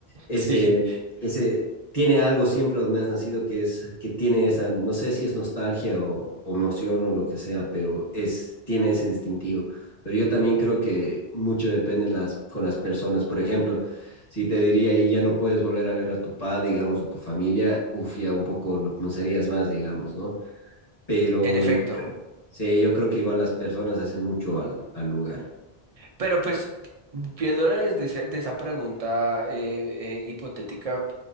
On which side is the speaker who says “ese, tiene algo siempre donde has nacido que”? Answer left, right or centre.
Left